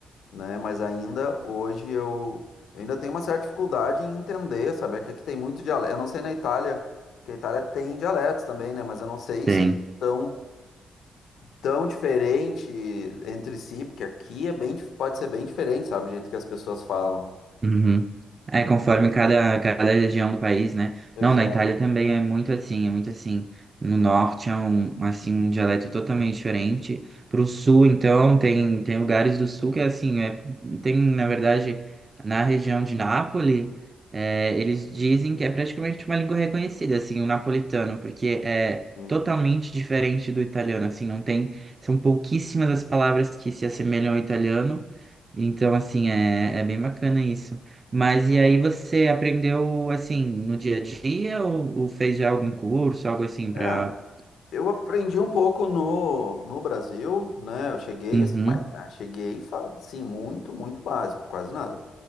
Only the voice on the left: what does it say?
né? Mas ainda hoje eu, eu ainda tenho uma certa dificuldade em entender, sabe? É que aqui tem muito dialeto. Eu não sei na Itália, que a Itália tem dialetos também, né? Mas eu não sei
se eles são tão diferente entre si, porque aqui é bem, dif- pode ser bem diferente, sabe? O jeito que as pessoas falam.
Exato.
Hum.
É. Eu aprendi um pouco no, no Brasil, né? Eu cheguei,
assim, mas ah, cheguei, fa- sim, muito, muito básico, quase nada.